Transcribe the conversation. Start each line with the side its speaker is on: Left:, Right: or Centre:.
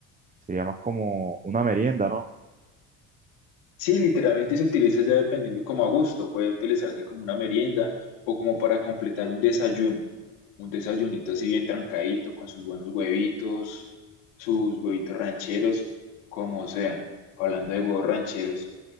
Right: sería más como una merienda, ¿no?
Left: sí, literalmente se utiliza ya dependiendo como a gusto. Puede utilizarse como una merienda o como para completar un desayuno. Un desayunito así bien trancadito, con sus buenos huevitos, sus huevitos rancheros, como sea. Hablando de huevos rancheros.